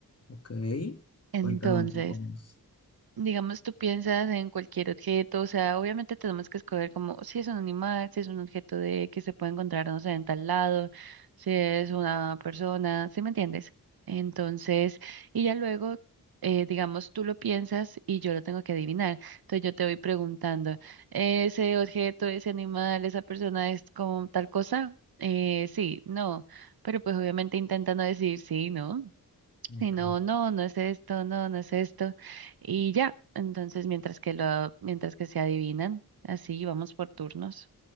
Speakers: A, on the left; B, on the right.
A: Ok,
B: Entonces,
A: cuéntame un poco más.
B: Digamos, tú piensas en cualquier objeto, o sea, obviamente tenemos que escoger como si es un animal, si es un objeto de que se puede encontrar, no sé, en tal lado, si es una persona, ¿sí me entiendes? Entonces, y ya luego, eh, digamos, tú lo piensas y yo lo tengo que adivinar. Entonces yo te voy preguntando, ¿ese objeto, ese animal, esa persona es como tal cosa? Eh, sí, no, pero pues obviamente intenta no decir sí, ¿no?
A: Ok.
B: Si no, no, no es esto, no, no es esto. Y ya, entonces mientras que lo, mientras que se adivinan, así vamos por turnos.